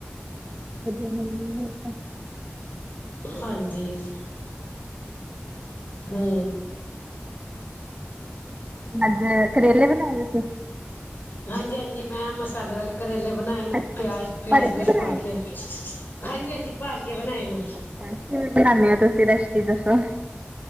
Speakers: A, on the right (about 30°); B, on the left (about 50°).
A: ਵਧੀਆ ਵਧੀਆ
B: ਹਾਂਜੀ ਹੂ।
A: ਅੱਜ ਕਰੇਲੇ ਬਣਾ ਰਹੇ ਸੀ
B: ਹਾਂਜੀ ਹਾਂਜੀ ਮੈਂ ਮਸਾਲੇ ਵਾਲੇ ਕਰੇਲੇ ਬਣਾਏ ਨ
A: ਅੱਛਾ
B: ਪਿਆਜ ਪਿਉਜ਼
A: ਭਰ ਬਣਾਏ
B: ਪਾ ਕੇ ਹਾਂਜੀ ਹਾਂਜੀ ਭਰ ਕੇ ਬਣਾਏ ਮੈਂ
A: ਅੱਛਾ ਕਿਵੇਂ ਬਣਾਉਣੇ ਤੁਸੀਂ ਰੈਸਪੀ ਦੱਸੋ?